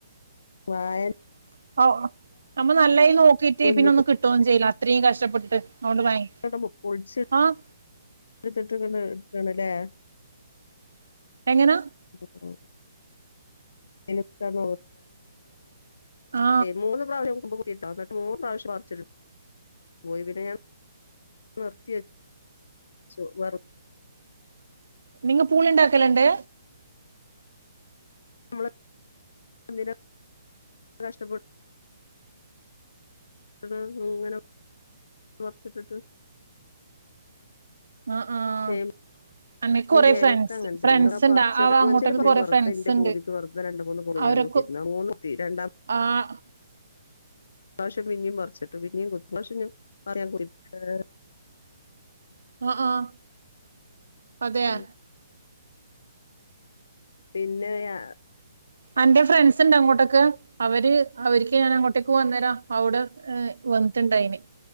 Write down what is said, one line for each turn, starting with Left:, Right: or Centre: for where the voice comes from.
Left: വാഴ
Right: <unintelligible> നമ്മള് നല്ലയി നോക്കീട്ട്
Left: മുന്നിപ്പൊന്തിയൊക്കെ
Right: പിന്നെ ഒന്നും കിട്ടോന്നും ചെയ്ല അത്രയും കഷ്ട്ടപെട്ടിട്ട് അതോണ്ട് വാങ്ങി
Left: <unintelligible> പൊളിച്
Right: ആഹ
Left: ഇടുത്തിട്ട് ഇങ്ങണ്ട് ഇട്ക്കാണ്ലേ
Right: എങ്ങനാ
Left: <unintelligible> <unintelligible>
Right: ആ
Left: മൂന്ന് പ്രാവശ്യം കൊമ്പ് നിർത്തിട്ടോ ഇന്നിട്ട് മൂന്ന് പ്രാവശ്യം പർച്ചിട്ട് പോയി പിന്നെ ഞാൻ നിർത്തി വെച്ചു ച്ചു വെർ
Right: നിങ്ങ പൂളിണ്ടാക്കല്ണ്ട്
Left: നമ്മൾ എന്തിനാ ഇത്ര കഷ്ട്ടപ്പെട്ട് <unintelligible> ഇങ്ങനെ പർച്ചിട്ടിട്ട്
Right: ആഹ് ആഹ്
Left: ചേമ്പ്
Right: അന്നക്ക്
Left: മ്പും
Right: കൊറെ
Left: ചേനൊക്കെ
Right: ഫ്രണ്ട്സ്
Left: അങ്ങനെ
Right: ഫ്രണ്ട്സ്
Left: തന്നെ ഒക്കെ
Right: ഇണ്ട്
Left: പർച്ച്
Right: ആ
Left: <unintelligible>
Right: അങ്ങോട്ടൊക്കെ കൊറെ
Left: വെറുതെ
Right: ഫ്രണ്ട്സ്
Left: ഇന്റെ
Right: ഇണ്ട്
Left: പൂതിക്ക് വെറുതെ രണ്ട് മൂന്ന് പുള
Right: അവരൊക്കെ
Left: ഞാൻ കുത്തിട്ട്ണ്ട് മൂന്ന് കുത്തി രണ്ടാ
Right: ആഹ്
Left: ഇപ്രാവിശ്യം പിന്നിം പറിച്ചിട്ടു പിന്നിം കുത്തി ഇപ്രാവശ്യം ഞാന് <unintelligible>
Right: ആഹ ആഹ അതെയാ
Left: ഉം പിന്നെ യാ
Right: അന്റെ ഫ്രണ്ട്സ് ഇണ്ട് അങ്ങോട്ടേക്ക് അവര് അവര്ക്ക് ഞാൻ അങ്ങോട്ടേക്ക് പോന്നേരം അവുടെ ഹെ വന്നിട്ടുണ്ടായിന്